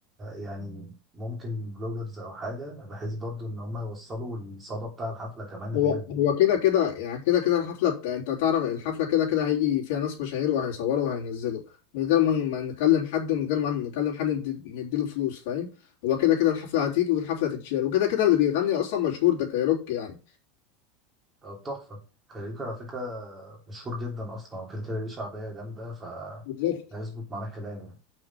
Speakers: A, on the right; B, on the left.
A: يعني ممكن بلوجرز او حاجه بحيث برضو ان هم يوصلوا الصدى بتاع الحفله كمان
B: هو
A: غير ال-
B: هو كده كده يعني كده كده الحفلة بتاع انت تعرف الحفلة كده كده هيجي فيها ناس مشاهير وهيصوروا وهينزلوا من غير ما ما نكلم حد من غير ما نكلم حد ندي- نديله فلوس فاهم هو كده كده الحفلة هتيجي والحفلة هتتشير وكده كده اللي بيغني اصلا مشهور ده كايروكي يعني
A: آه، التحفه كاريوكا على فكره مشهور جدا اصلا وكده كده ليه شعبيه جامده فهيظبط
B: بالظبط
A: معانا الكلام يعني